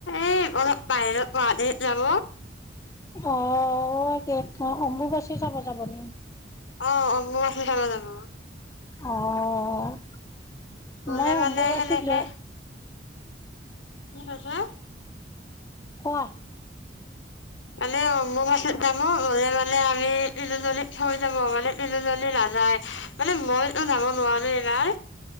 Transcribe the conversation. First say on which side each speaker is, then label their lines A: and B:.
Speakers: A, on the left; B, on the left.
A: এই অলপ বাহিৰত গুৱাহাটীত যাব
B: অ' গ অ' অম্বুবাচী যাব যাব নি
A: অহ <unintelligible>
B: অ'
A: গলে
B: মই
A: মানে
B: অম্বুবাচী
A: সেনেকে
B: হ
A: কি কৈছে
B: কোৱা
A: মানে অম্বুবাচীত যাব। হলে মানে আমি তিলুজলি থৈ যাব মানে তিলুজলি নাযায় মানে মই যাম <unintelligible> নাই